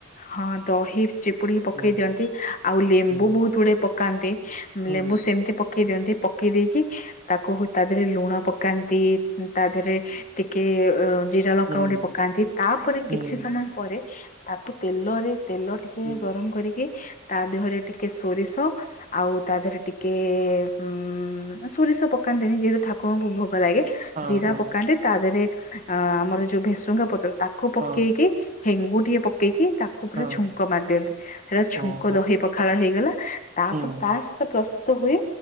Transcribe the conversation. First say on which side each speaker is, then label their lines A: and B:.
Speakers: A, on the left (about 40°); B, on the right (about 40°).
A: ହଁ ଦହି ଚିପୁଡିିକ ପକେଇ
B: ହୁଁ
A: ଦିଅନ୍ତି ଆଉ ଲେମ୍ବୁ
B: ହୁଁ
A: ବହୁତ ଗୁଡେ ପକାନ୍ତି
B: ହୁଁ
A: ଲେମ୍ବୁ ସେମିତି ପକେଇ ଦିଅନ୍ତି ପକେଇ ଦେଇକି ତାକୁ ହ ତା ଦେହରେ ଲୁଣ ପକାନ୍ତି ତା ଦେହରେ ଟିକେ ଜିରା ଲଙ୍କା
B: ହୁଁ
A: ଗୁଣ୍ଡ ପକାନ୍ତି ତାପରେ କିଛି
B: ହୁଁ
A: ସମୟ
B: ହୁଁ
A: ପରେ ତାକୁ ତେଲରେ ତେଲ ଟିକେ
B: ହୁଁ।
A: ଗରମ କରିକି ତା ଦେହରେ ଟିକେ ସୋରିଷ ଆଉ ତା ଦେହରେ ଟିକେ ଉଁ ସୋରିଷ ପକାନ୍ତିନି ଯେହେତୁ ଠାକୁରଙ୍କୁ ଭୋଗ ଲାଗେ
B: ହଁ
A: ଜିରା
B: ହଁ
A: ପକାନ୍ତି ତା ଦେହରେ ଅ ଆମର ଯୋଉ ଭେସୁଙ୍ଗା ପତ୍ର ତାକୁ ପକେଇକି
B: ହଁ
A: ହେଙ୍ଗୁ ଟିକେ ପକେଇକି ତାକୁ ପା
B: ହଁ
A: ଛୁଙ୍କ ମାରି ଦିଅନ୍ତି ସେଟା ଛୁଙ୍କ
B: ଓହୋ
A: ଦହି ପଖାଳ ହେଇଗଲା ତାପରେ
B: ହୁଁ।
A: ତା ସହିତ ପ୍ରସ୍ତୁତ ତ ହୁଏ